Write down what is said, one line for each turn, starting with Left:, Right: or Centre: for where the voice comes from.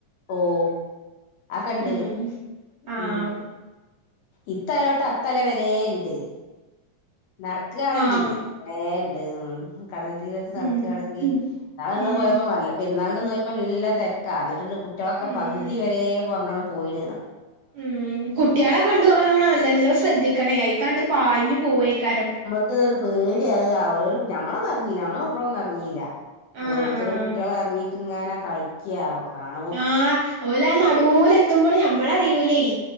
Left: ഓഹ് ആക്കണ്ട്
Right: ഉം ആഹ്
Left: ഉം ഇത്തലോട്ട് അത്തല വരേണ്ട്. നടക്ക് ആണെങ്കില്
Right: ആഹ്
Left: കൊറേണ്ട്. കടൽ തീരത്ത് നടക്കാണെങ്കില്
Right: ഉം ഉം
Left: ഇന്നാള് ഞങ്ങള്
Right: ഉം
Left: പോയപ്പൊ പെര്ന്നാളിന്റന്ന് പോയ പ്പം നല്ല തെരക്കാ ന്നിട്ട്ത് കുട്ടികളൊക്കെ
Right: ഉം
Left: പകുതിവരേ പറഞ്ഞോണം പോയീന്.
Right: ഉം കുട്ടികളെ കൊണ്ടു പോകുമ്പ നമ്മള് നല്ലല്ലോം ശ്രദ്ധിക്കണേ അയികണ്ട് പാഞ്ഞു പോയേക്കാരം.
Left: ഇക്ക് പേടിയാക ഓരോര് കുട്ടി മ്മളൊന്നും എറങ്ങീല മ്മള കുട്ടികളൊന്നും എറങ്ങീല
Right: ആഹ്
Left: ഓരോരുത്തര
Right: ആഹ്
Left: കുട്ടികളെറങ്ങീട്ട് ഇങ്ങനെ കളിക്ക്യാ കാണ
Right: ആഹ് ഓല നടൂലെത്തുമ്പോള് ഞമ്മളറിയൂലേ